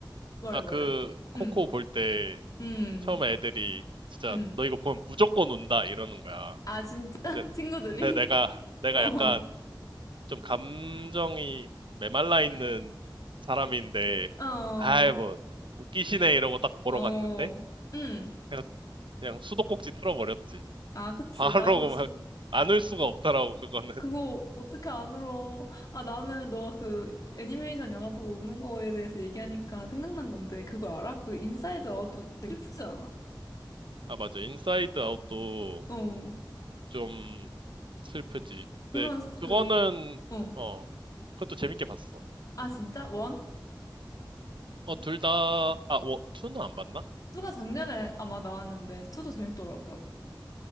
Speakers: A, on the left; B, on the right.
A: 말해,
B: 아, 그,
A: 말해.
B: 코코
A: 음,
B: 볼 때,
A: 음,
B: 처음에 애들이 진짜
A: 음.
B: 너 이거 보면 무조건 운다 이러는 거야.
A: 아, 진짜? <laughs>
B: 근데,
A: 친구들이?
B: 근데 내가
A: <laughs>
B: 내가
A: 어,
B: 약간 좀 감정이 메말라 있는 사람인데
A: 어,
B: 아이 뭐 웃기시네 이러고 딱 보러
A: 어,
B: 갔는데
A: 음.
B: 그냥, 그냥 수도꼭지 틀어버렸지.
A: 아, 그치.
B: 바로
A: 난, 진,
B: 막 안 울 수가 없더라고 그거는.
A: 그거 어떻게 안 울어? 아, 나는 너가 그 애니메이션 영화 보고 우는 거에 대해서 얘기하니까 생각난 건데, 그거 알아? 그 인사이드 아웃도 되게 슬프지 않아?
B: 아 맞아 인사이드 아웃도
A: 어.
B: 좀 슬프지.
A: 그런,
B: 근데 그거는
A: 그, 어.
B: 어 그것도 재밌게 봤어.
A: 아, 진짜? 원?
B: 어 둘 다 아 워, 투는 안 봤나?
A: 투가 작년에 아마 나왔는데, 투도 재밌더라고, 나는.